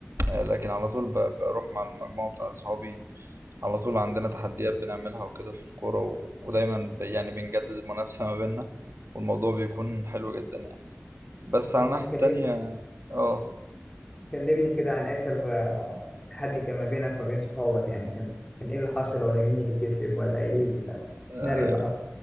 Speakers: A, on the right; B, on the left.
A: لكن على طول ب- بروح مع المجموعة بتاع صحابي على طول عندنا تحديات بنعملها وكده في الكورة و... ودايما ب... يعني بنجدد المنافسة ما بيننا والموضوع بيكون حلو جدا يعني بس
B: طب
A: على الناحية
B: ما اتكلمنا
A: التانية اه
B: كلمني كده عن آخر آه، تحدي كان ما بينك وما بين صحابك يعني كان كان إيه اللي حصل ولا مين اللي كسب ولا إيه ال-
A: آه،
B: السيناريو اللي حصل؟